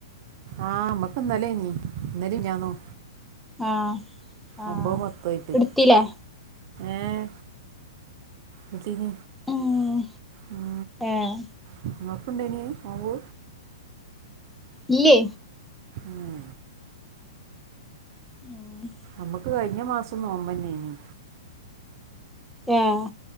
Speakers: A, on the right; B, in the centre.
A: ആഹ് നമ്മക്ക് ഇന്നലെയാന്നി ഇന്നലെ മിനിഞ്ഞാന്നും
B: ആഹ് ആഹ്
A: ഒമ്പതും പത്തും ആയിട്ട്
B: എടുത്തില്ലേ
A: ഏഹ് എന്തിന്
B: ഉം
A: ഉം
B: ഏഹ്
A: നിങ്ങക്കുണ്ടായിരുന്ന് നോമ്പ്
B: ഇല്ലേ
A: ഏഹ്
B: <inaudible>
A: അമ്മക്ക് കഴിഞ്ഞ മാസം നോമ്പന്നേനി
B: ഏഹ്